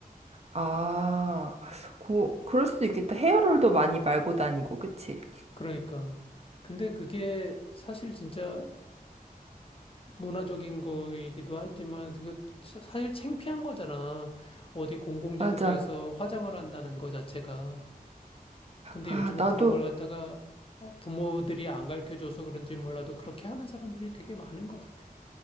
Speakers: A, on the right; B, on the left.
A: 아, 고, 그럴 수도 있겠다. 헤어롤도 많이 말고 다니고, 그치?
B: 그러니까. 근데 그게 사실 진짜 문화적인 거이기도 하지만, 그 사- 사실 창피한 거잖아. 어디 공공장소에서
A: 맞아.
B: 화장을 한다는 거 자체가. 근데
A: 아,
B: 요즘은
A: 나도,
B: 그런 걸 갖다가 어, 부모들이 안 가르쳐줘서 그런지 몰라도 그렇게 하는 사람들이 되게 많은 것 같아.